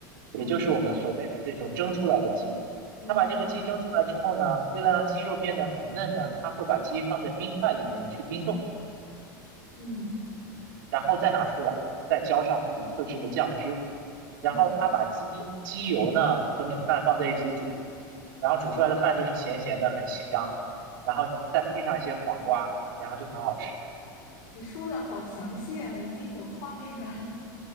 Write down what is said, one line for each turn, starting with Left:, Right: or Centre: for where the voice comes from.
Right: 也就是我们所谓的这种蒸出来的鸡。
Left: 哦，嗯
Right: 他把这个鸡蒸出来之后呢，为了让鸡肉变得很嫩呢，他会把鸡放在冰块里面去冰冻，
Left: 嗯，
Right: 然后再拿出来，再浇上自己特制的酱汁。
Left: 天呐，
Right: 然后他把鸡鸡油呢和米饭放在一起煮，然后煮出来的饭就是咸咸的，很香，然后再配上一些黄瓜，然后就很好吃。
Left: 你说的好详细啊，已经有画面感了